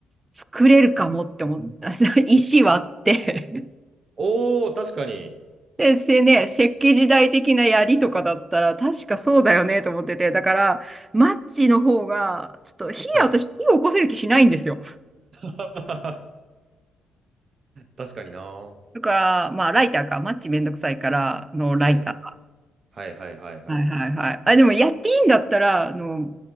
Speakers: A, on the right; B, on the right.
A: 作れるかもって思った。<laughs> 石割って。
B: おー、確かに。
A: で、せね、石器時代的な槍とかだったら、確かそうだよねと思ってて。だから、マッチの方が、ちょっと火、
B: はい。
A: 私、火を起こせる気しないんですよ。
B: <laughs> 確かにな。
A: だから、まあ、ライターか、マッチめんどくさいからのライター。
B: はい。はいはいはいはい。
A: はいはいはい。あ、でもやっていいんだったら、あの、